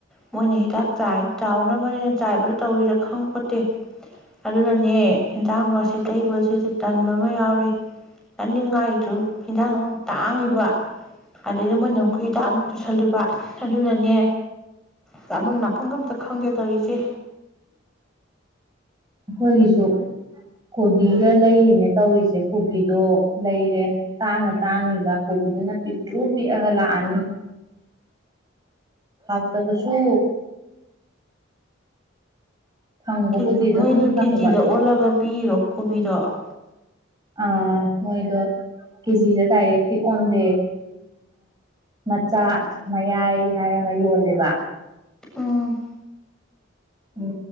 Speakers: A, in the centre; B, on the right.
A: ꯃꯣꯏꯅ ꯍꯤꯗꯥꯛ ꯆꯥꯏ ꯆꯥꯎꯅꯕꯅꯤꯅ ꯆꯥꯏꯕꯗ ꯇꯧꯔꯤꯔ ꯈꯪ ꯄꯣꯠꯇꯦ ꯑꯗꯨꯅꯅꯦ ꯌꯦꯟꯖꯥꯡꯒꯥꯁꯦ ꯂꯩꯕꯁꯤꯗꯤ ꯇꯟꯕ ꯑꯃ ꯌꯥꯎꯔꯤ ꯆꯟꯅꯤꯡꯉꯥꯏꯗꯨ ꯍꯟꯖꯥꯡ ꯑꯃꯨꯛ ꯇꯥꯡꯉꯤꯕ ꯑꯗꯩꯗ ꯃꯣꯏꯅ ꯑꯃꯨꯛꯀ ꯍꯤꯗꯥꯛ ꯑꯃꯨꯛ ꯆꯨꯁꯜꯂꯤꯕ ꯑꯗꯨꯅꯅꯦ ꯆꯥꯐꯝ ꯅꯥꯐꯝꯒ ꯑꯝꯇ ꯈꯪꯗꯦ ꯇꯧꯔꯤꯁꯦ
B: ꯑꯩꯈꯣꯏꯒꯤꯁꯨ ꯀꯣꯕꯤꯒ ꯂꯩꯔꯤꯅꯦ ꯇꯧꯔꯤꯁꯦ ꯀꯣꯕꯤꯗꯣ ꯂꯩꯔꯦ ꯇꯥꯡꯅ ꯇꯥꯡꯉꯤꯕ ꯀꯣꯕꯤꯗꯨꯅ ꯄꯤꯛꯇ꯭ꯔꯨ ꯄꯤꯛꯑꯒ ꯂꯥꯛꯑꯅꯤ ꯍꯥꯎꯇꯕꯁꯨ ꯐꯪꯕꯕꯨꯗꯤ
A: <unintelligible>
B: ꯑꯗꯨꯝ
A: ꯃꯣꯏꯗꯨ
B: ꯐꯪꯕ
A: ꯀꯦꯖꯤꯗ ꯑꯣꯜꯂꯒ ꯄꯤꯔꯤꯔꯣ ꯀꯣꯕꯤꯔꯛ
B: ꯑ ꯃꯣꯏꯗꯣ ꯀꯦꯖꯤꯗ ꯗꯥꯏꯔꯦꯛꯇꯤ ꯑꯣꯟꯗꯦ ꯃꯆꯥ ꯃꯌꯥꯏ ꯍꯥꯏꯔꯒ ꯌꯣꯜꯂꯦꯕ
A: ꯎꯝ
B: ꯎ